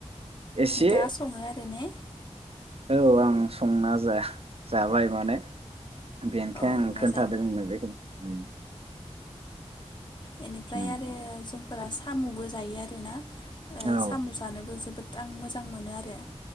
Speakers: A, on the right; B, on the left.
A: एसे
B: नोंथाङा सङो आरो ने?
A: औ आं संना जा जाबाय माने। बेनिखायनो
B: औ
A: आं
B: मोजां
A: खोनथादों बेखिनिखो उम।
B: इनिफ्राय
A: उम
B: आरो जों फोरा सामुबो जायो आरो ना? ओ
A: औ
B: साम जानोबो जोबोद आं मोजां मोनो आरो